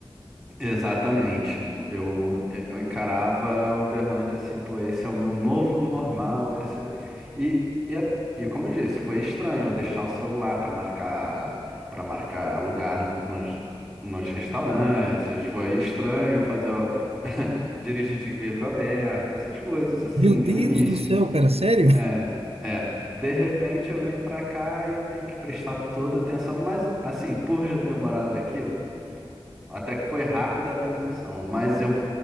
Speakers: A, in the centre; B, on the right.
A: exatamente. Eu, eu encarava a Uberlândia assim, pô, esse é o meu novo normal, esse e, e, a- e como eu disse, foi estranho eu deixar o celular para marcar para marcar lugar no- nos nos restaurantes, foi estranho fazer o, <laughs> dirigir de vidro aberto, essas coisas assim,
B: Meu
A: no
B: Deus
A: início.
B: do céu, cara, sério?
A: É, é. De repente eu venho pra cá e eu tenho que prestar toda atenção, mas assim, por já ter morado aqui, Até que foi rápida a transição, mas eu